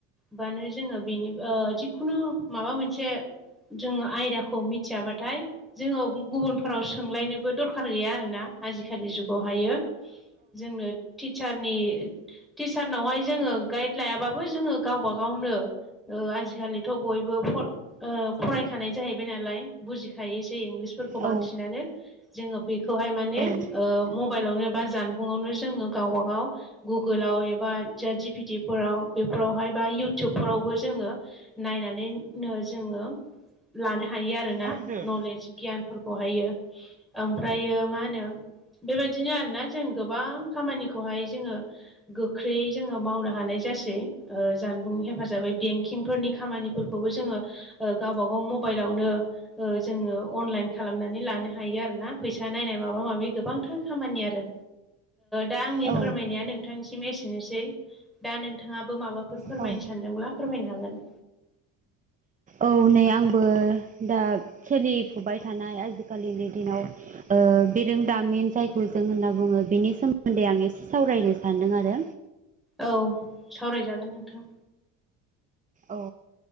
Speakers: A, in the centre; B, on the right.
A: बानो जोङो बेनि ओ जिखुनु माबा मोनसे जोङो आयदाखौ मिथियाबाथाय जोङो गुबुनफोराव सोंलायनो दरखार गैया आरोना आजि खालि जुगावहायो जोंनो टिचारनि टिचारनावहाय जोङो गाइड लायाबाबो जोङो गावबा गावनो ओ आजिखालिथ' बयबो फ ओ फरायखानाय जाहैबाय नालाय बुजिखायोसै इंलिसफोरखौ बांसिनानो
B: औ
A: जोङो बेखौहाय माने
B: औ
A: ओ मबाइलावनो बा जानबुंआवनो जोङो गावबा गाव गुगोलाव एबा साद जिपिटिफोराव बेफोरावहाय बा इउटुबफोरावबो जोङो नायनानैनो जोङो लानो हायो आ रोना
B: मा नागिरदों?
A: नलेज गियानफोरखौहायो। ओमफ्रायो मा होनो बेबायदिनो आरोना जों गोबां खामानिखौहाय जोङो। गोख्रैयै जोङो मावनो हानाय जासै जानबुं हेफाजाबै बेंकिंफोरनि खामानिफोर खौबो जोङो गावबा गाव मबाइलावनो जोङो अनलाइन खालामनानै लानो हायो आरो ना फैसा नायनाय माबा माबि गोबांथां खामानि आरो दा आंनि
B: औ
A: फोरमायनाया नों नोंथांसिम एसेनोसै दा नोंथाङाबो माबाफोर फोरमायनो
B: औ
A: सानदोंब्ला फोरमायनो हागोन।
B: औ नै आंबो दा सोलिफुबाय थानाय आजि खालिनि दिनाव ओ बिरोंदामिन जायखौ जों होनना बुङो बिनि सोमोन्दै आं एसे सावरायनो सान्दों आरो‌।
A: औ सावराय जागोन नोंथां।
B: औ।